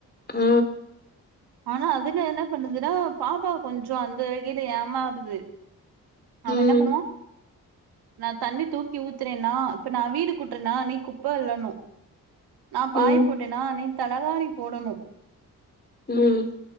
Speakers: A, on the left; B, on the right.
A: ஆ
B: ஆனா அதுல என்ன பண்ணுதுன்னா பாப்பா கொஞ்சோ அந்த வகையில ஏமாறுது அவன்
A: ம்
B: என்ன பண்ணுவான் நா தண்ணி தூக்கி ஊத்துறேன்னா இப்ப நா வீடு கூட்றனா நீ குப்ப அள்ளணும் நா பாய
A: ம்
B: போட்டேனா நீ தலகாணி போடணும்
A: ம்